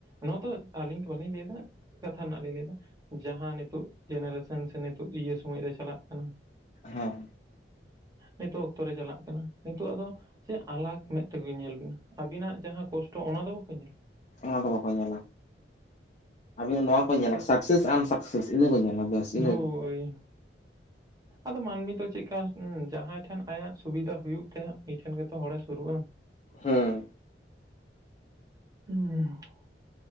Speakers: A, on the right (about 20°); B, on the left (about 40°).
A: ᱱᱚᱣᱟ ᱫᱚ ᱟᱹᱞᱤᱧ ᱛᱚ ᱵᱟᱞᱤᱧ ᱞᱟᱹᱭᱮᱫᱟ ᱠᱟᱛᱷᱟ ᱨᱮᱱᱟᱜ ᱞᱤᱧ ᱞᱟᱹᱭᱮᱫᱟ ᱡᱟᱦᱟᱸ ᱱᱤᱛᱚᱜ, ᱡᱮᱱᱟᱨᱮᱥᱮᱱ ᱥᱮ ᱱᱤᱛᱚᱜ ᱤᱭᱟᱹ ᱥᱚᱢᱚᱭ ᱨᱮ ᱪᱟᱞᱟᱜ ᱠᱟᱱᱟ ᱾
B: ᱦᱚᱸ
A: ᱱᱤᱛᱚᱜ ᱚᱠᱛᱚ ᱨᱮ ᱪᱟᱞᱟᱜ ᱠᱟᱱᱟ ᱱᱤᱛᱚᱜ ᱟᱫᱚ, ᱪᱮ ᱟᱞᱟᱜ ᱢᱮᱫ ᱴᱷᱮᱡ ᱵᱤᱱ ᱧᱮᱞ ᱵᱤᱱ ᱟᱹᱵᱤᱱᱟᱜ ᱡᱟᱦᱟᱸ ᱠᱚᱥᱴᱚ ᱚᱱᱟ ᱫᱚ ᱵᱟᱠᱚ ᱧᱮᱞᱟ ᱾
B: ᱚᱱᱟ ᱫᱚ ᱵᱟᱠᱚ ᱧᱮᱞᱟ ᱾ ᱟᱵᱤᱱᱟᱜ ᱱᱚᱣᱟ ᱠᱚ ᱧᱮᱞᱟ ᱥᱟᱠᱥᱮᱥ ᱟᱱ ᱥᱟᱠᱥᱮᱥ ᱤᱱᱟᱹ ᱠᱚ ᱧᱮᱞᱟ ᱵᱮᱥ ᱤᱱᱟᱹ
A: ᱦᱳᱭ
B: ᱜᱮ ᱾
A: ᱟᱫᱚ ᱢᱟᱹᱱᱢᱤ ᱫᱚ ᱪᱮᱜᱠᱟ ᱩᱸ ᱡᱟᱦᱟᱸᱭ ᱴᱷᱮᱱ ᱟᱭᱟᱜ ᱥᱩᱵᱤᱫᱟ ᱦᱩᱭᱩᱜ ᱛᱟᱭᱟ ᱩᱱᱤ ᱴᱷᱮᱱ ᱜᱮᱛᱚ ᱦᱚᱲᱮ ᱥᱩᱨᱩᱜᱼᱟ ᱾
B: ᱦᱩᱸᱢ
A: <unintelligible>